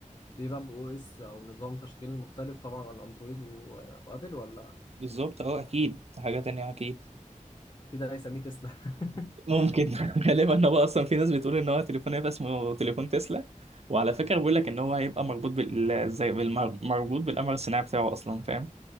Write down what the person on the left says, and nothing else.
بيبقى بو اس او نظام تشغيل مختلف طبعا عن اندرويد و- وابل ولا
اكيد هيسميه تسلا <laughs>